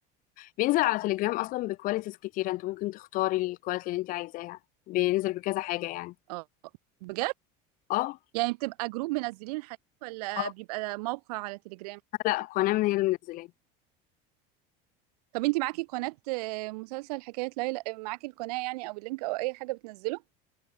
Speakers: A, on the left; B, on the right.
A: بينزل على تليجرام اصلا بكواليتيز كتيره انت ممكن تختاري الكواليتي اللي انت عايزاها بينزل بكذا حاجه يعني
B: اه بجد
A: اه
B: يعني بتبقى جروب منزلين الحاجات ولا
A: اه
B: بيبقى موقع على تليجرام
A: لا قناه من هي اللي منزلاه
B: طب انتي معاكي قناة آه، مسلسل حكاية ليلى آه، معاكي القناة يعني او اللينك او اي حاجة بتنزله